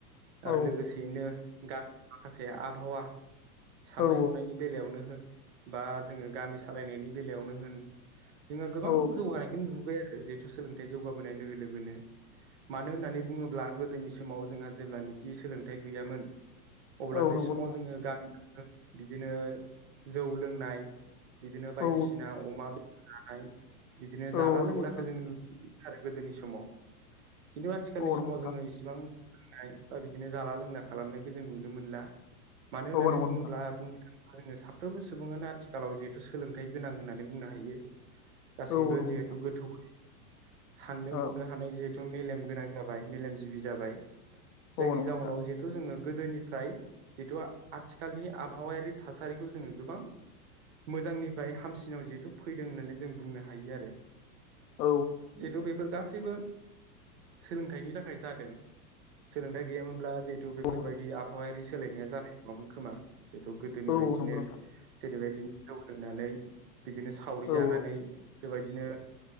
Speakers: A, on the left; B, on the right.
A: औ
B: आरो लोगोसेयैनो गामिनि माखासे आबहावा साननाय
A: औ
B: हनायनि बेलायावनो हो बा जोङो गामि सालायनायनि बेलायावनो होन जोङो गोबां
A: औ
B: जौगानायखौनो नुबाय जिहेथु सोलोंथाइ जौगाबोनाय लोगो लोगोनो मानो होननानै बुङोब्ला गोदोनि समाव जोंहा जेब्लानोखि सोलोंथाइ गैयामोन। अब्ला
A: औ
B: बे
A: नंगौ
B: समाव
A: नोंथां
B: जोङो गामियाव बिदिनो जौ लोंनाय बिदिनो बायदिसिना
A: औ
B: अमा जानाय बिदिनो
A: औ
B: जाला
A: औ नंगौ
B: लोंलाखौ
A: नोंथां
B: जोङो नुनो आरो गोदोनि समाव खिन्थु आथिखालनि
A: औ
B: समाव
A: नंगौ नोंथां
B: जोङो इसिबां नाय बा बिदिनो जाला लोंला खालामनायखौ जों नुनो मोनला। मानो होननानै
A: औ नंगौ नोंथां
B: बुङोब्ला बुंथों जोङो साफ्रोमबो सुबुङानो आथिखालाव जिहेथु सोलोंथाइ गोनां होननानै बुंनो हायो गासैबो
A: औ नंगौ
B: जिहेथु
A: नोंथां
B: गोथौ साननो
A: औ
B: हनो हानाय जेहे थ' मेलेम गोनां जाबाय मेलेमजिबि जाबाय
A: औ
B: जायनि
A: नंगौ
B: जाउनाव
A: नोंथां
B: जिहेथु जोङो गोदोनिफ्राय जिथु आ आथिखालनि आबहावायारि थासारिखौ जोङो गोबां मोजांनिफ्राय हामसिनाव जिहेथु फैदों होननानै जों बुंनो हायो आरो
A: औ
B: जिहेतु बेफोर गास गासैबो सोलोंथाइनि थाखाय जादों सोलोंथाइ गैयामोनब्ला जिहेतु बेफोरबायदि
A: औ
B: आबहावायारि सोलायनाया जानाय नङामोन खोमा जिथु गोदोनि
A: औ
B: बायदिनो
A: नंगौ नोंथां
B: बेबायदिनो जौ लोंनानै बिदिनो सावरि
A: औ
B: जानानै
A: औ
B: बेबायदिनो